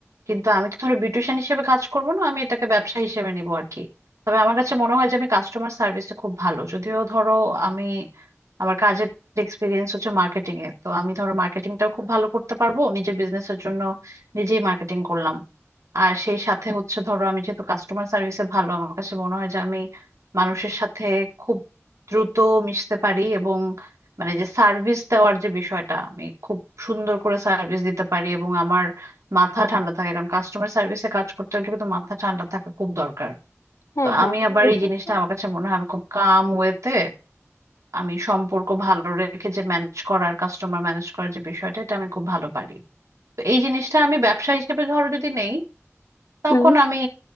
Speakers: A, on the right (about 75°); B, on the left (about 70°).
A: কিন্তু আমি তো ধরো বিউটিশিয়ান হিসেবে কাজ করব না আমি এটাকে ব্যবসা হিসেবে নিব আর কি তবে আমার কাছে মনে হয় যে আমি কাস্টমার সার্ভিসে খুব ভালো যদিও ধরো আমি আমার কাজের এক্সপিরিয়েন্স হচ্ছে মার্কেটিং এ তো আমি ধরো মার্কেটিংটাও খুব ভালো করতে পারবো নিজের বিজনেসের জন্য নিজেই মার্কেটিং করলাম আর সেই সাথে হচ্ছে ধরো আমি যেহেতু কাস্টমার সার্ভিসে ভালো আমার কাছে মনে হয় যে আমি মানুষের সাথে খুব দ্রুত মিশতে পারি এবং মানে যে সার্ভিস দেওয়ার যে বিষয়টা আমি খুব সুন্দর করে সার্ভিস দিতে পারি এবং আমার মাথা ঠান্ডা থাকে কারণ কাস্টমার সার্ভিসে কাজ করতে হলে কিন্তু মাথা ঠান্ডা থাকা খুব দরকার
B: হ্যাঁ
A: তো
B: হ্যাঁ
A: আমি
B: মানে
A: আবার
B: এটা
A: এই জিনিসটা
B: তো
A: আমার কাছে মনে হয় আমি খুব কাম ওয়েতে আমি সম্পর্ক ভালো রেখে যে ম্যানেজ করার কাস্টমার ম্যানেজ করার যে বিষয়টা এটা আমি খুব ভালো পারি তো এই জিনিসটা আমি ব্যবসা হিসেবে ধরো যদি নেই তখন
B: হম
A: আমি